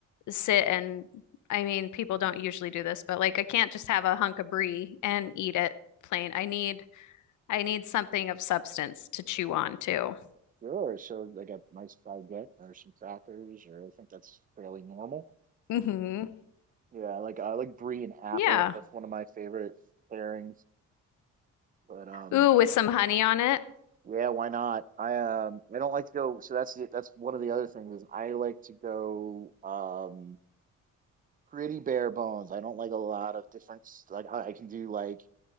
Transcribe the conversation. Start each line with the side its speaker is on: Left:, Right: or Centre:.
Left: sit and, I mean, people don't usually do this, but like I can't just have a hunk of brie and eat it plain. I need I need something of substance to chew on too.
Right: sure, so like a nice baguette or some crackers or I think that's fairly normal.
Left: hmm
Right: Yeah, I like I like brie and apple.
Left: Yeah.
Right: That's one of my favorite pairings. But um
Left: Ooh, with some honey on it.
Right: yeah, why not? I um I don't like to go so that's the, that's one of the other things is I like to go um pretty bare bones. I don't like a lot of different s- like I I can do like,